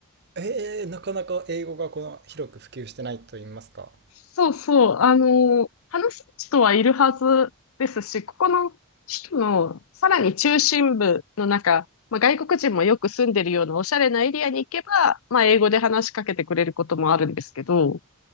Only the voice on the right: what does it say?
えー、なかなか英語がこの広く普及してないと言いますか。